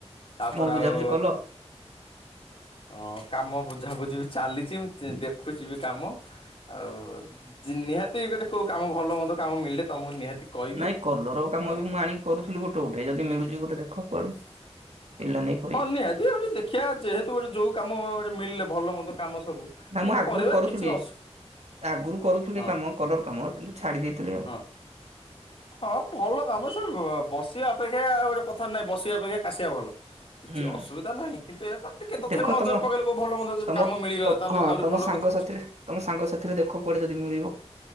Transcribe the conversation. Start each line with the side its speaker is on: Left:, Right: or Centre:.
Left: ତାପରେ
Right: ବୁଝାବୁଝି
Left: ଆଉ
Right: କଲ?
Left: ହଁ କାମ ବୁଝାବୁଝି ବି ଚାଲିଛି ଦେଖୁଛି ବି କାମ। ଆଉ ନିହାତି ଗୋଟେ କୋଉ କାମ ଭଲ ମନ୍ଦ କାମ ମିଳିଲେ ତମକୁ ନିହାତି କହିବି
Right: ନାଇଁ କଲର କାମ
Left: ଆଉ
Right: ବି ମୁଁ ଆଣିକି କରୁଥିଲି ଗୋଟେ ଗୋଟେ ଯଦି ମିଳୁଛି ଗୋଟେ ଦେଖ କୁଆଡୁ। ପିଲାମାନେ
Left: ହଁ ନିହାତି ଆଉ ଟିକେ ଦେଖିବା ଯେହେତୁ ଗୋଟେ ଯୋଉ କାମ ଗୋଟେ ମିଳିଲେ ଭଲ ମନ୍ଦ କାମ ସବୁ।
Right: ନା
Left: ନିହାତି
Right: ମୁଁ ଆଗରୁ
Left: କରିବା
Right: କରୁଥିଲି
Left: କିଛି ଅସୁ
Right: ଆଗରୁ କରୁଥିଲି
Left: ହଁ
Right: କାମ କଲର କାମ କିନ୍ତୁ ଛାଡି ଦେଇଥିଲି ଆଉ।
Left: ହଁ
Right: <inaudible>
Left: ହଁ ଭଲ କାମ ସେ ବସିବା ଅପେକ୍ଷା ଆଉ ଗୋଟେ କଥାରେ ନାହିଁ ବସିବା ଅପେକ୍ଷା କାସିବା ଭଲ। କିଛି
Right: ହୁଁ
Left: ଅସୁବିଧା ନାହିଁ କିନ୍ତୁ ଏହା କଣ ଟିକେ ତଥାପି
Right: ଦେଖ
Left: ନଜର
Right: ତମ
Left: ପକେଇଲେ କୋଉ ଭଲ ମନ୍ଦ ଯଦି
Right: ତମ
Left: କାମ ମିଳିଗଲା
Right: ତ
Left: ତାହେଲେ
Right: ହଁ
Left: ଆହୁରି
Right: ତମ
Left: ଭଲ
Right: ସାଙ୍ଗସାଥିରେ
Left: କଥା।
Right: ତମ ସାଙ୍ଗ ସାଥିରେ ଦେଖ କୁଆଡେ ଯଦି ମିଳିବ।